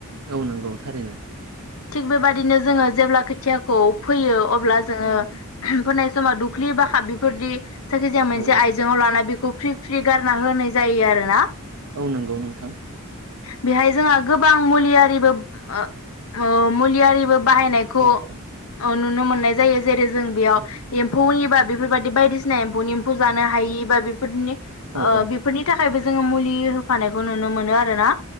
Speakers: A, on the right (about 75°); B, on the left (about 65°).
A: औ नंगौ थारैनो
B: थिग बेबादिनो जोङो जेब्ला खोथियाखौ फोयो अब्ला जोङो
A: औ
B: फोनाय समाव दु ब्लि बा <unintelligible> बेफोरदि जायखिजाया मोनसे
A: औ
B: आइजेङाव लाना बेखौ फ्रि फ्रि गारना होनाय जायो आरोना
A: औ नंगौ नोंथां
B: बेहाय जोंहा गोबां मुलियारिबो ओ ओ मुलियारिबो बाहायनायखौ
A: औ औ
B: ओ नुनो मोननाय जायो जेरै जों बेयाव
A: औ
B: एम्फौनिबा बेफोरबायदि बायदिसिना एम्फौनि एम्फौ जानो हायि बा बे फोरनि
A: औ
B: ओ
A: औ
B: बेफोरनि थाखायबो जोङो मुलि होफानायखौ नुनो मोनो आरोना